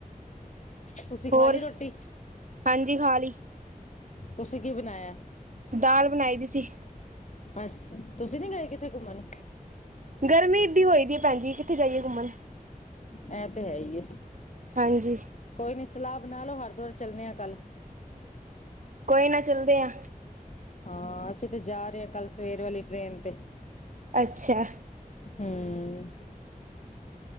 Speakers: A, on the left (about 55°); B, on the right (about 60°).
A: ਤੁਸੀਂ ਖਾ
B: ਹੋਰ
A: ਲਈ ਰੋਟੀ
B: ਹਾਂਜੀ ਖਾਲੀ।
A: ਤੁਸੀ ਕੀ ਬਣਾਇਆ।
B: ਦਾਲ ਬਣਾਈ ਦੀ ਸੀ।
A: ਅੱਛਾ ਤੁਸੀ ਨਹੀ ਗਏ ਕਿੱਥੇ ਘੁੰਮਣ।
B: ਗਰਮੀ ਇੱਡੀ ਹੋਏ ਦੀ ਏ ਭੈਣਜੀ ਕਿੱਥੇ ਜਾਈਏ ਘੁੰਮਣ।
A: ਐ ਤੇ ਹੈ ਈ ਏ
B: ਹਾਂਜੀ
A: ਕੋਈ ਨੀ ਸਲਾਹ ਬਣਾ ਲਓ ਹਰਿਦੁਆਰ ਚੱਲਣੇ ਆ ਕੱਲ।
B: ਕੋਈ ਨਾ ਚੱਲਦੇ ਆਂ।
A: ਹਾ, ਅਸੀ ਤੇ ਜਾ ਰਹੇ ਆ, ਕੱਲ ਸਵੇਰ ਵਾਲੀ ਟ੍ਰੇਨ ਤੇ।
B: ਅੱਛਾ।
A: ਹੂੰ